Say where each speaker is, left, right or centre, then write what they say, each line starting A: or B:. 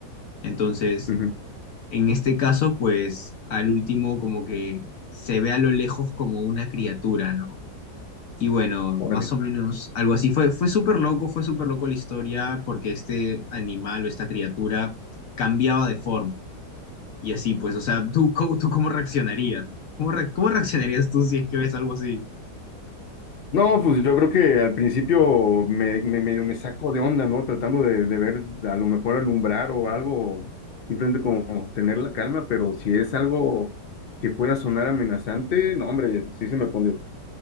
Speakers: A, on the left; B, on the left.
A: Entonces,
B: ujú,
A: en este caso, pues al último como que se ve a lo lejos como una criatura, ¿no? Y bueno,
B: Órale.
A: más o menos algo así. Fue, fue súper loco, fue súper loco la historia porque este animal o esta criatura cambiaba de forma. Y así, pues, o sea, ¿tú, cómo- tú cómo reaccionarías, no? ¿Cómo, re- cómo reaccionarías tú si es que ves algo así?
B: No, pues yo creo que al principio me, me- medio me saco de onda, ¿no? Tratando de, de ver a lo mejor alumbrar o algo, simplemente como tener la calma, pero si es algo que pueda sonar amenazante, no, hombre, sí se me pone,